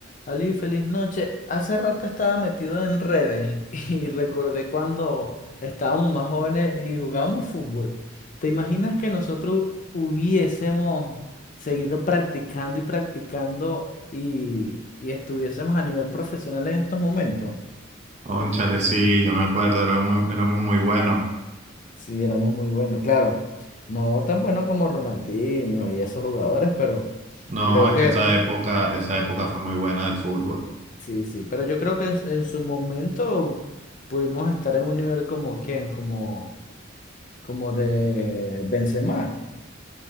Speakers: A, on the left; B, on the right.
A: Ali, feliz noche. Hace rato estaba metido en redes <laughs> y recordé cuando estábamos más jóvenes y jugábamos fútbol. ¿Te imaginas que nosotros hubiésemos seguido practicando y practicando y, y estuviésemos a nivel profesional en estos momentos?
B: Cónchale, sí, yo me acuerdo, era muy- éramos muy buenos.
A: Sí, éramos muy buenos, claro. No tan buenos como Ronaldinho y esos jugadores, pero
B: No,
A: creo
B: es
A: que
B: que esa época, esa época fue muy buena del fútbol.
A: sí, sí. Pero yo creo que en, en su momento pudimos estar en un nivel como quién, como... como de Benzema.